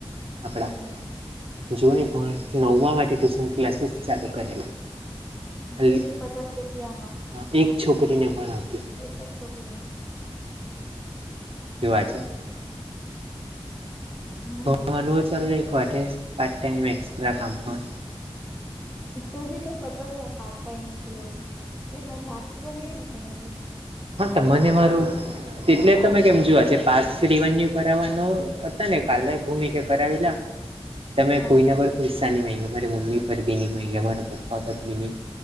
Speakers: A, on the right; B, in the centre.
A: આપણા
B: હમ
A: જોની ભણ નવમાં માંથી ટ્યુશન ક્લાસીસ ચાલુ કરેલા ખાલી
B: કે ભી પચાસ રૂપિયા માં
A: હા એક છોકરીને ભણાવતી
B: એક જ છોકરીને
A: જોવા છે
B: હમ
A: ભણવાનું ચાલુ રાયખુ <unintelligible> પાર્ટ ટાઈમ એક્સ્ટ્રા કામ માં
B: તું બી તો કરતો છે પાર્ટ ટાઈમ કેટલો એ મ થતું તો હે ને તમે બી
A: હા ત મને મારું એટલે તમે કેમ જો આજે પાસ રિવન્યુ કરાવાનો હતા ને કાલે ભૂમિકે કરાવેલા તમે
B: હા
A: કોઈના પર પૈસાની માંયગા મારે મમ્મી પર બી ની માયગા મારાં પપ્પા પર બી ની